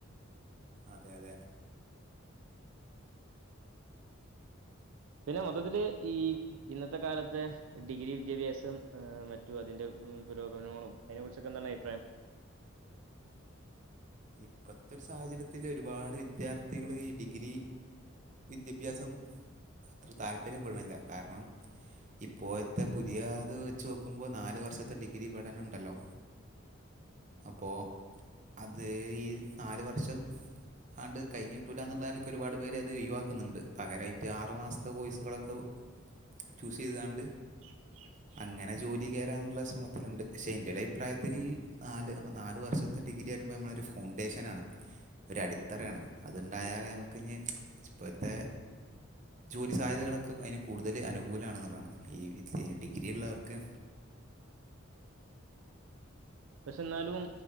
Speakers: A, on the right; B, on the right.
A: അതെ അതെ
B: പിന്നെ മൊത്തത്തില് ഈ ഇന്നത്തെ കാലത്തെ ഡിഗ്രി വിദ്യാഭ്യാസം അഹ് മറ്റും അതിന്റെ മ്മ് പുരോഗമനങ്ങളും അയ്നെ കുറിച്ചൊക്കെ ന്താണ് അഭിപ്രായം?
A: ഇപ്പൊത്തൊരു സാഹചര്യത്തില് ഒരുപാട് വിദ്യാർത്ഥികള് ഈ ഡിഗ്രി വിദ്യാഭ്യാസം അത്ര താല്പര്യപ്പെടുന്നില്ല കാരണം ഇപ്പോഴത്തെ പുതിയ ത് വെച്ച് നോക്കുമ്പോ നാല് വർഷത്തെ ഡിഗ്രി പഠനം ഉണ്ടല്ലോ അപ്പോ. ത് ഈ നാല് വർഷം. ആണ്ട് കഴിഞ്ഞിട്ടൂല്ലാന്നുള്ള നിലക്ക് ഒരുപാട് പേര് അത് ഒഴിവാക്കുന്നുണ്ട് പകരായിട്ട് ആറ് മാസത്തെ കോഴ്സുകളൊക്കെ ഒ.
B: <inaudible>
A: ചൂസ് ചെയ്താണ്ട്.
B: <inaudible>
A: അങ്ങനെ ജോലി കേറാംനുള്ള ശ്രമത്തിലുണ്ട് ക്ഷേ എൻ്റെ ഒരു അഭിപ്രായത്തിൽ നാല് അ നാല് വർഷത്തെ ഡിഗ്രി വരുമ്പോൾ നമ്മളൾ. ഒരു ഫൗണ്ടേഷനാണ്. ഒരു അടിത്തറയാണ്. അതുണ്ടായാലേ നമുക്ക ഞ്ഞി ഇപ്പോഴത്തെ. ജോലി സാധ്യതകളൊക്കെ അതിന് കൂടുതൽ അനുകൂലാണെന്നുള്ളതാണ് ഈ വി ഡിഗ്രി ഉള്ളവർക്ക്.
B: പക്ഷെ ന്നാലും.